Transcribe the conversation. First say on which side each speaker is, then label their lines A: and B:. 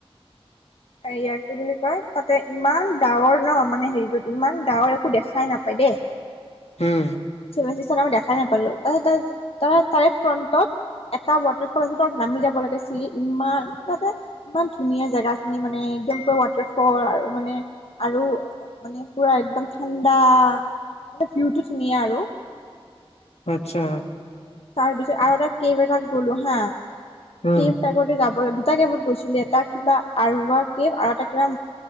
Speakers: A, on the left; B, on the left.
A: এয়া কি বুলি কয় তাতে ইমান ডাৱৰ ন মানে হেৰিটোত ইমান ডাৱৰ একো দেখাই নাপায় দেই। <unintelligible>
B: উম,
A: চেভেন চিচতাৰ দেখাই নাপালো তাৰ তাৰে ফ্ৰটত। এটা ৱাটাৰফল আছে তাত নামি যাব লাগিছিল, ইমান তাতে ইমান ধুনীয়া জেগা। খিনি মানে একদম পুৰা ৱাটাৰ ফল আৰু মানে আৰু মানে পুৰা একদম ঠাণ্ডা মানে ভিউটো ধুনীয়া আৰু।
B: আচ্ছা,
A: তাৰপিছত আৰু এটা কেব এটাট গ'লো হা,
B: উম,
A: কেবটা কৰি যাব লাগ দুটা কেবত গৈছিলে এটা কিবা আৰোৱা কেব আৰু এটা কিবা